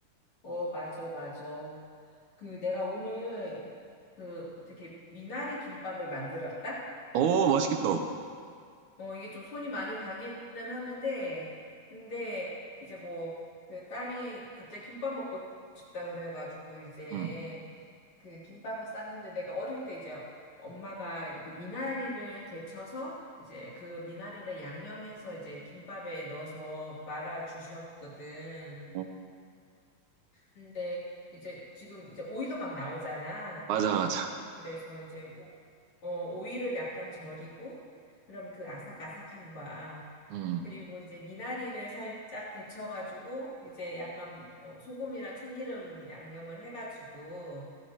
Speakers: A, on the left; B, on the right.
A: 어, 맞아, 맞아. 그 내가 오늘 그 어떻게 미나리 김밥을 만들었다?
B: 어 맛있겠다.
A: 어, 이게 좀 손이 많이 가기는 하는데, 근데 이제 뭐 그 딸이 갑자기 김밥 먹고 싶다 그래가지고 이제
B: 응.
A: 그 김밥을 쌌는데 내가 어릴 때 이제 엄마가 이렇게 미나리를 데쳐서 이제 그 미나리를 양념해서 이제 김밥에 넣어서 말아 주셨거든.
B: 어,
A: 근데 이제 지금 이제 오이도 막 나오잖아.
B: 맞아 맞아.
A: 그래서 이제 오- 어, 오이를 약간 절이고 그럼 그 아삭아삭함과
B: 응.
A: 그리고 이제 미나리를 살짝 데쳐가지고 이제 약간 뭐 소금이랑 참기름 양념을 해가지고